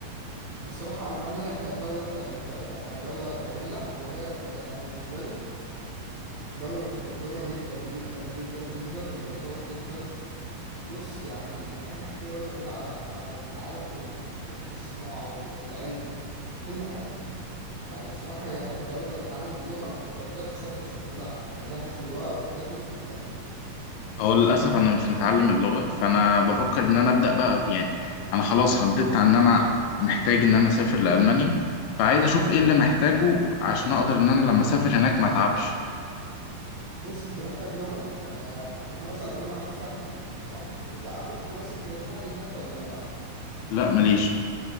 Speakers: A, on the right; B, on the left.
A: الصراحة ألمانيا هي دولة انت انت يعني هي دولة جميلة وهي يعني أنا بالنسبة لي دولة متقدمة جدا جدا جدا جدا ومنظمة جدا بص يعني من أنجح الدول الموجودة على على في العالم كله ناجحة في الصناعة وال- والعلم وكل حاجة يعني الصراحة هي ح- لو أنت متعلم اللغة فأنت بجد سافر, سافر لها يعني جهز الورق والحاجات دي وسافر لها
B: هو للأسف أنا مش متعلم اللغة فأنا بفكر إن أنا أبدأ بقى في يعني أنا خلاص حددت عن إن أنا محتاج إن أنا أسافر لألمانيا فعايز أشوف إيه اللي محتاجه عشان أقدر إن أنا لما أسافر هناك ما أتعبش
A: بص أنت محتاج لغة يعني م- أنت مثلا نقول معاك سنة تمام تبقى أول حاجة بس أنت ليك حد هناك ولا لأ
B: لا ماليش